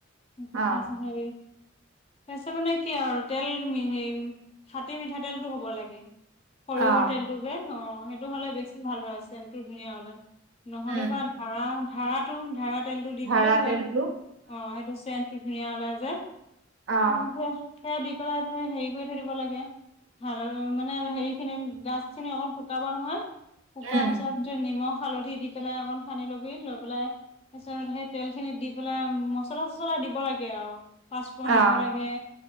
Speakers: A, on the left (about 30°); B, on the right (about 70°).
A: উহ,
B: অ
A: তাৰিছত হেৰি তাৰিছত মানে কি আৰু তেল হে খাটি মিঠাতেলটো হ'ব লাগে। সৰিয়হৰ
B: অ
A: তেলটোকে অ', সেইটো হ'লে বেছি ভাল হয় চেণ্টটো ধুনীয়া ওলাই। নহ'লে
B: উম
A: বা ধাৰা, ধাৰাত টো ধাৰা তেলটো দি
B: ধাৰা
A: দিলেও হয়,
B: তেলটো
A: অ', সেইটো চেণ্ট টো ধুনীয়া ওলাই যে,
B: অ
A: ত সে-সেয়া দি পেলাই তুমি হেৰি কৰি থৈ দিব লাগে। ভাল মানে হেৰি খিনি গাছ খিনি অকন শুকাব নহয়। শুকোৱা
B: উম
A: পাছত নিমখ হালধি দি পেলাই অকণ সানি ল'বি লৈ পেলাই তাৰ পিছত সেই তেল খিনিত দি পেলাই মচলা-চচলা দিব লাগে আৰু পাঁচপূৰণ
B: অ
A: দিব লাগে,